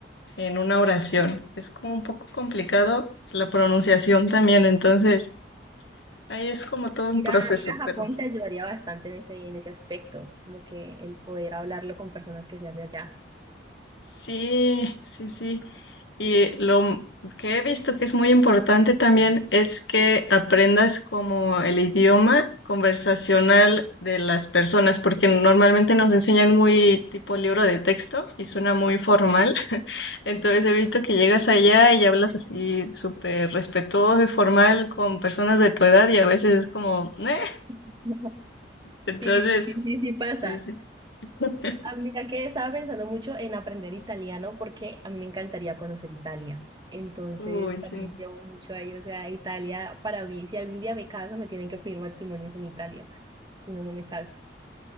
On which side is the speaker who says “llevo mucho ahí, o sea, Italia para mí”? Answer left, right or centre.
Right